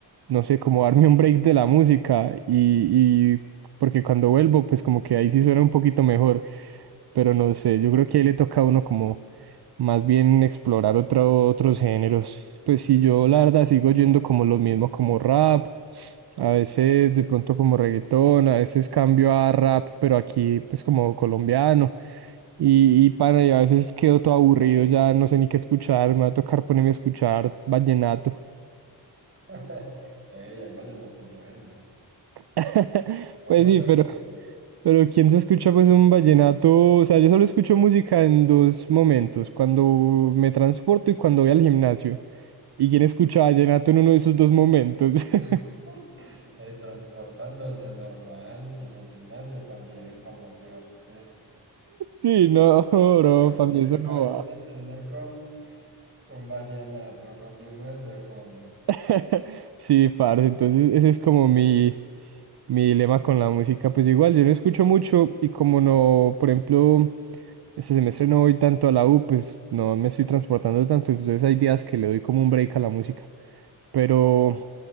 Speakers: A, on the right (about 65°); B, on the right (about 30°).
A: no sé, como darme un break de la música y, y porque cuando vuelvo pues como que ahí sí suena un poquito mejor, pero no sé, yo creo que ahí le toca a uno como más bien explorar otro, otros géneros. Pues si yo la verdad sigo yendo como lo mismo, como rap, a veces de pronto como reggaetón, a veces cambio a rap, pero aquí pues como colombiano. Y, y pana, y a veces quedo todo aburrido, ya no sé ni qué escuchar, me va a tocar ponerme a escuchar vallenato.
B: <laughs> Ey, hay vallenatos buenos.
A: <laughs>
B: ¿O
A: Pues
B: no
A: sí,
B: te
A: pero,
B: gusta?
A: pero ¿quién se escucha pues un vallenato? O sea, yo solo escucho música en dos momentos, cuando me transporto y cuando voy al gimnasio. ¿Y quién escuchaba Vallenato en uno de esos dos momentos? <laughs>
B: <laughs> Eh, transportándose normal y en el gimnasio también para motivarse.
A: Sí, no, bro,
B: <laughs> Se
A: para mí eso
B: imagina
A: no va.
B: entrenar con, con vallenato, con Diomedes de fondo.
A: <laughs> Sí, parce, entonces ese es como mi, mi dilema con la música. Pues igual, yo no escucho mucho y como no, por ejemplo, este semestre no voy tanto a la U, pues no me estoy transportando tanto, entonces hay días que le doy como un break a la música. Pero
B: Ah,